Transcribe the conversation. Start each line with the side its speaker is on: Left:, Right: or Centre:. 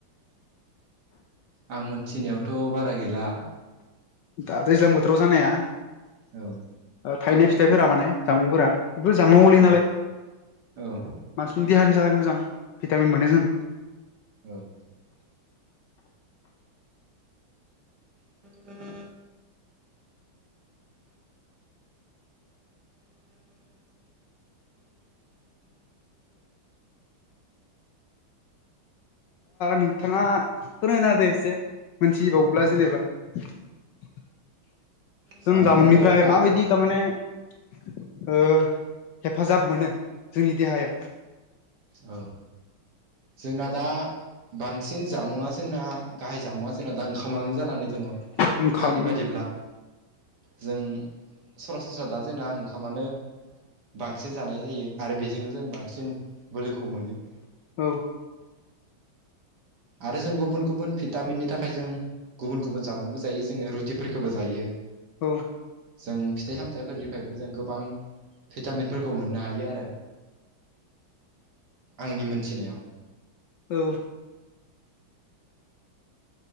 Right: आं मोनथिनायावथ' बारा गैला।
Left: दा दैज्लां बोथोराव जानाया।
Right: औ।
Left: थायनाय फिथाइफोरा माने जामुंफोरा बे जामुंआव गलैयो
Right: औ
Left: नालाय।
Right: औ
Left: मानसिनि देहानि थाखाय मोजां भिटामिन मोनो जों।
Right: औ। <inaudible>
Left: नोंथाङा फोरमायना होदो एसे। मोनथिबावोब्ला जेनेबा। जों
Right: जामुंआथ'
Left: जामुंनिफ्राय
Right: दा
Left: माबायदि थारमाने ओ हेफाजाब मोनो जोंनि देहायाव।
Right: औ जोंना दा बांसिन जामुआ जोंना गाहाय जामुआ जोंना दा ओंखामानो जानानै दंङ।
Left: ओंखाम
Right: आंनि बादिब्ला। जों सरासनस्रा दा जोंना ओंखामानो बांसिन जानाय जायो आरो बेजोंनो जों बांसिन बोलोखौ मोनो।
Left: औ।
Right: आरो जों गुबुन गुबुन भिटामिननि थाखाय जों गुबुन गुबुन जामुंबो जायो जोंङो रुटिफोरखौबो जायो।
Left: औ।
Right: जों फिथाइ सामथाइफोरनिफ्रायबो जों गोबां भिटामिनफोरखौ मोननो हायो आरो आंनि मोनथिनायाव।
Left: औ।